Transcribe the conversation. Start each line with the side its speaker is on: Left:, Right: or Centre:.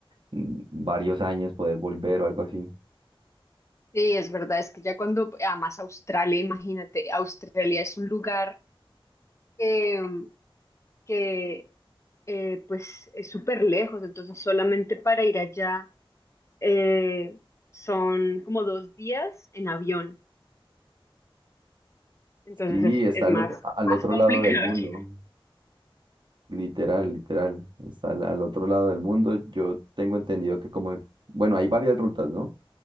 Right: mm, varios años poder volver o algo así.
Left: sí, es verdad, es que ya cuando, además Australia, imagínate, Australia es un lugar eh, que eh, pues es súper lejos, entonces solamente para ir allá eh, son como dos días en avión, entonces
Right: Sí,
Left: es,
Right: está
Left: es
Right: al
Left: más,
Right: otro, al
Left: más
Right: otro lado
Left: complicado
Right: del mundo.
Left: <laughs> llegar.
Right: Literal, literal. Está al, al otro lado del mundo. Yo tengo entendido que como, bueno, hay varias rutas, ¿no?